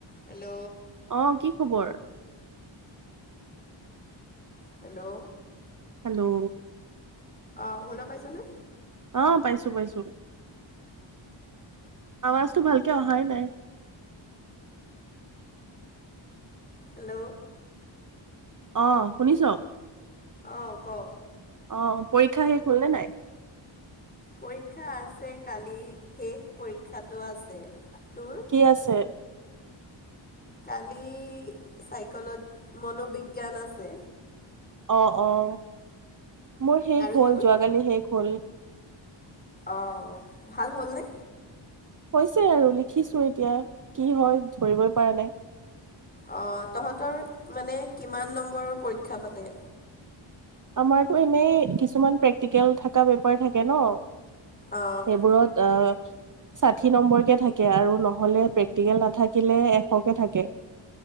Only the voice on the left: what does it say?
হেল্ল'।
হেল্ল'।
অ', শুনা পাইছানে?
হেল্ল'।
অ' কও।
পৰীক্ষা আছে কালি শেষ পৰীক্ষাটো আছে। তোৰ?
কালি চাইক মনোবিজ্ঞান আছে।
আৰু
তোৰ?
অ' ভাল হ'লনে?
অ' তহতৰ মানে কিমান নম্বৰৰ পৰীক্ষা পাতে?
অঁ